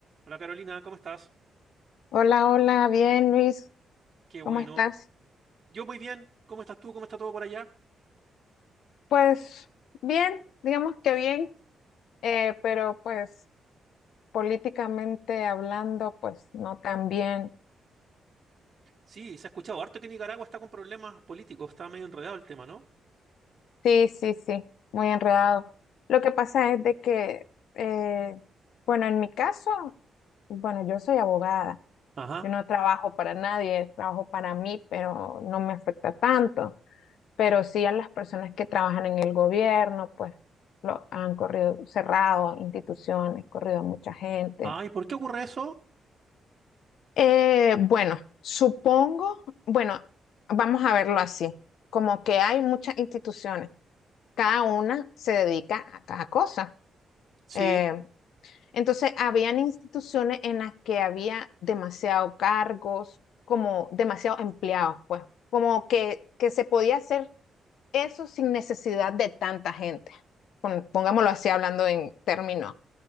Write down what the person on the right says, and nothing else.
Hola Carolina, ¿cómo estás?
Qué bueno.
Yo muy bien. ¿Cómo estás tú? ¿Cómo está todo por allá?
Sí, se ha escuchado harto que Nicaragua está con problemas políticos. Está medio enredado el tema, ¿no?
Ajá.
Ay, ¿por qué ocurre eso?
Sí.